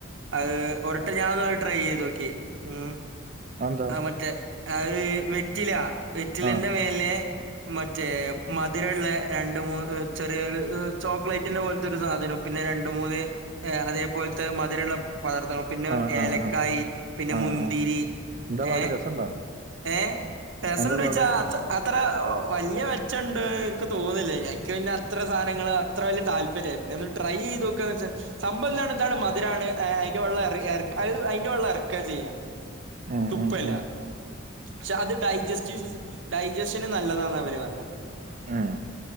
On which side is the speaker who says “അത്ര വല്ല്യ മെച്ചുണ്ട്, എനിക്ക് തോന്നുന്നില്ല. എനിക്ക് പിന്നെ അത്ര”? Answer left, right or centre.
Right